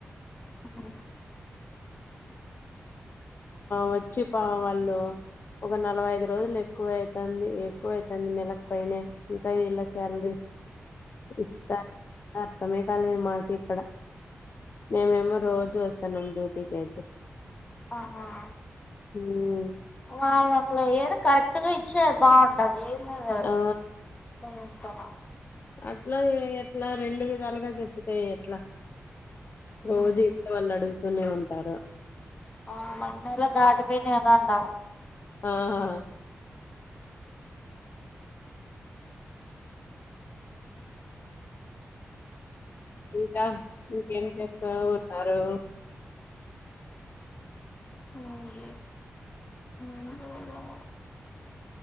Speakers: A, on the left; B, on the left.
A: ఉ
B: వచ్చి పా వాళ్ళు ఒక నలభై ఐదు రోజులు ఎక్కువే అయితాంది ఎక్కువైతంది నెలకు పైనే ఇంకా ఇలా శాలరీ ఇస్తారు అర్థమే కాలేదు మాకి ఇక్కడ మేమేమో రోజు వస్తున్నాం డ్యూటీకి అయితే
A: ఆహా
B: హ్మ్
A: వాళ్ళు అట్ల ఏది కరెక్ట్ గా ఇచ్చేది బాగుం
B: ఆ
A: <unintelligible>
B: అట్లా ఎట్లా రెండు విధాలుగా చెప్పితే ఎట్లా
A: ఇస్తాను
B: రోజు ఇంట్లో వాళ్ళు అడుగుతూనే ఉంటారా
A: ఆ మన నెల దాటిపోయింది కదా అంటారు
B: ఆహా ఇంకా ఇంకేం చేస్తా ఉన్నారు
A: <inaudible>